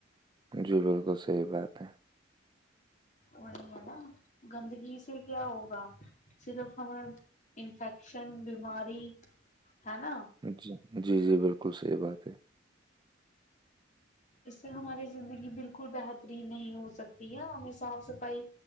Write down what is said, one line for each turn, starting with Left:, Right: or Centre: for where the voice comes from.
Right: جی بالکل صحیح بات ہے
Left: وہی ہے نا گندگی سے کیا ہوگا صرف ہمیں انفیکشن بیماری ہے نا
Right: جی جی جی بالکل صحیح بات ہے
Left: اس سے ہماری زندگی بالکل بہترین نہیں ہو سکتی ہے ہمیں صاف صفائی